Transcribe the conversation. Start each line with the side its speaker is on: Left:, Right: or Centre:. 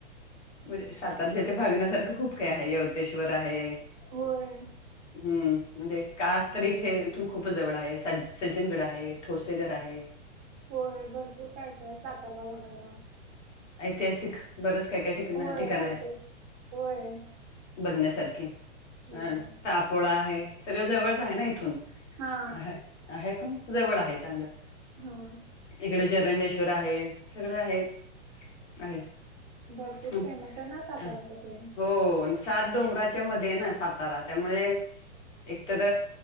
Left: म्हणजे साताराच्या येथे भागण्यासारखं खूप काय आहे यवतेश्वर आहे.
Right: होय.
Left: हम्म म्हणजे कास तररी इथे इथून खूप जवळ आहे सज्ज सज्जनगड आहे ठोसेगड आहे.
Right: होय भरपूर काय काय साताला बघायला.
Left: ऐतिहासिक बरेच काय काय ठिकण-ठिकाण
Right: होय
Left: आहेत.
Right: ऐकच होय
Left: बघण्यासारखे
Right: होय
Left: अ तापोळा आहे सगळं जवळच आहे ना इथून
Right: हा
Left: आहे आहे पण जवळ आहे चांगलं.
Right: हो.
Left: इकडे जरंडेश्वर आहे सगळं आहे, आहे.
Right: भरपूर
Left: अन
Right: फेमस आहे ना साताऱ्यासाठी
Left: अन हो अंश सात डोंगराच्या मध्ये ना सातारा त्यामुळे. एकतर